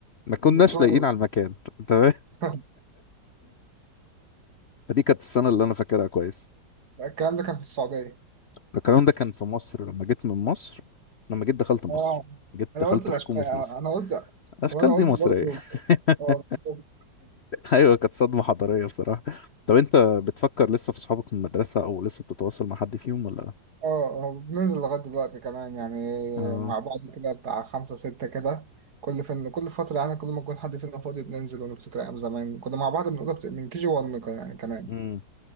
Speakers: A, on the left (about 55°); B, on the right (about 60°).
A: ما كناش
B: المفروض
A: لاقيين على المكان تمام
B: <laughs>
A: فدي كانت السنة اللي أنا فاكرها كويس
B: الكلام ده كان في السعودية
A: الكلام ده كان في مصر لما جيت من مصر لما جيت دخلت مصر
B: اه
A: جيت
B: انا
A: دخلت
B: قلت الاشكال
A: حكومي في مصر
B: انا قلت
A: أشكال
B: هو انا
A: دي
B: قلت
A: مصرية
B: برضه اه
A: <laughs>
B: بالظبط.
A: أيوة كانت صدمة حضارية بصراحة طب أنت بتفكر لسه في صحابك من المدرسة أو لسه بتتواصل مع حد فيهم ولا
B: اه آه، بننزل لغاية دلوقتي كمان يعني
A: آه
B: مع بعض كده بتاع خمسة ستة كده كل فين كل فترة يعني كل ما يكون حد فينا فاضي بننزل ونفتكر أيام زمان كنا مع بعض من أوضة بت- من كي جي 1 كمان
A: امم